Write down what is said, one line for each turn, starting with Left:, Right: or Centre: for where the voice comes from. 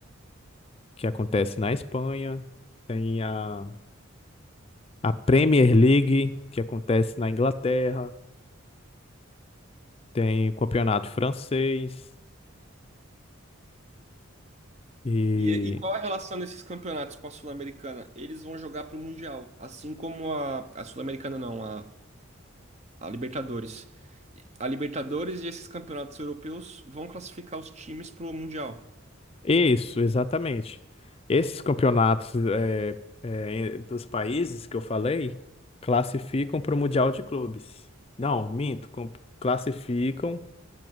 Left: que acontece na Espanha. Tem a, a Premier League, que acontece na Inglaterra. Tem o Campeonato Francês. e
Right: E, e qual a relação desses campeonatos com a Sul-Americana? Eles vão jogar para o Mundial, assim como a, a Sul-Americana não, a a Libertadores. A Libertadores e esses campeonatos europeus vão classificar os times pro Mundial.
Left: Isso, exatamente. Esses campeonatos é, é, dos países que eu falei classificam para o Mundial de Clubes. Não, minto, com- classificam